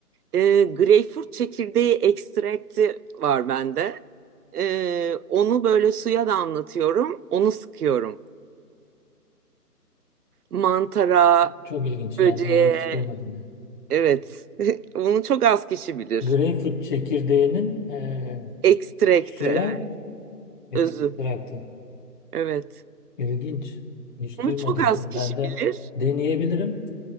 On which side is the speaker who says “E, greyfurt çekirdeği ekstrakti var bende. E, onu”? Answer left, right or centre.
Right